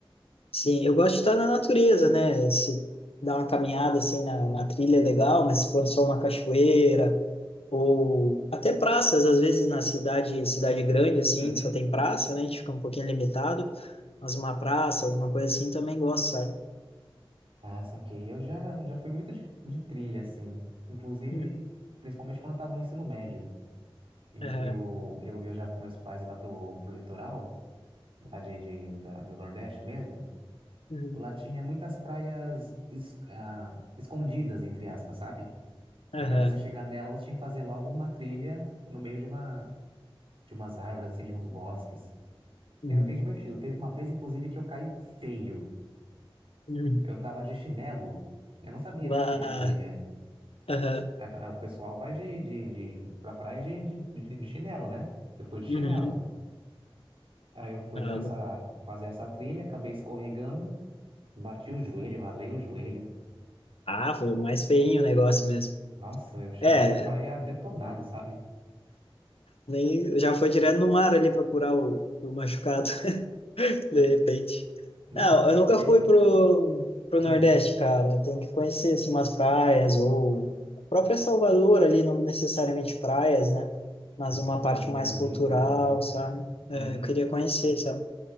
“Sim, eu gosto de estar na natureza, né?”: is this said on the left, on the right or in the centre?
Left